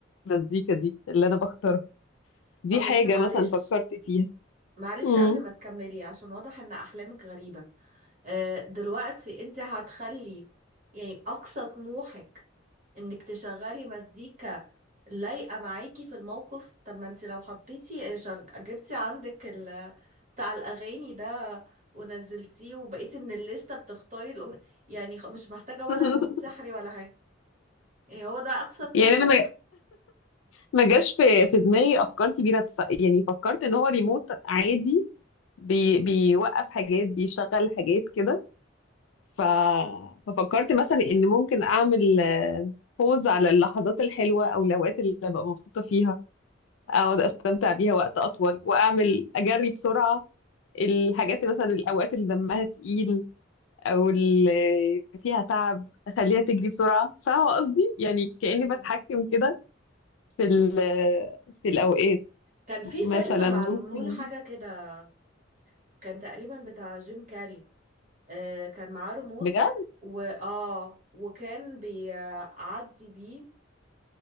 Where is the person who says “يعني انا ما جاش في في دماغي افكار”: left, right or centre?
Left